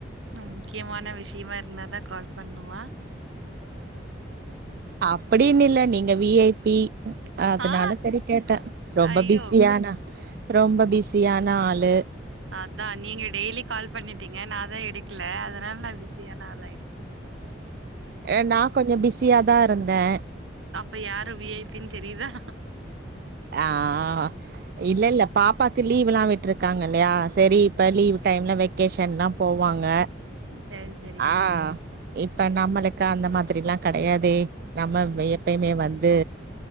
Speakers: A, on the right (about 80°); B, on the right (about 50°).
A: மேம் முக்கியமான விஷியமா இருந்தாதா கால் பண்ணுமா
B: அப்டின் இல்ல நீங்க வி ஐ பி அதனால
A: ஆ
B: செரி கேட்டே ரொம்ப
A: ஐயோ
B: பிஸியானு ரொம்ப பிஸியான ஆளு
A: அதா நீங்க டெய்லி கால் பண்ணிட்டீங்க நாதா எடுக்கல அதனால நா பிஸியான ஆளு
B: ஏ நா கொஞ்சோ பிஸ் சியாதா இருந்தே
A: அப்ப யாரு வி ஐ பி-ன் தெரிதா
B: ஆஹ் இல்ல இல்ல பாப்பாக் கு லீவ் எல்லா விட்டுருக்காங்க இல்லையா சேரி இப்ப லீவ் டைம்ல வெ க்கேஷன்லா போவாங்க
A: சேரி சேரிங்க
B: ஆ இப்ப நம்மளுக்கு அந்த மாதிரிலா கெடையாதே நம்ம எப்பயுமே வந்து